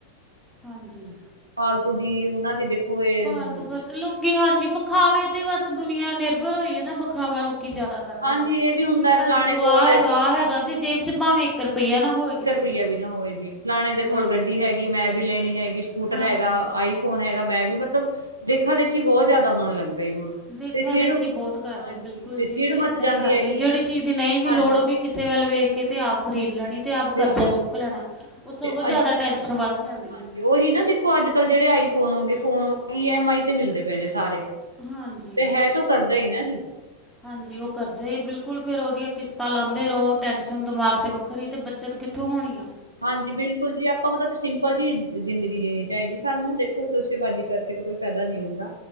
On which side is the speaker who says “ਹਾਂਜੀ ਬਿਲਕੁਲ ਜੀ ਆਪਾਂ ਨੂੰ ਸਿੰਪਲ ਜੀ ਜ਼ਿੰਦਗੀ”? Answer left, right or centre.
Right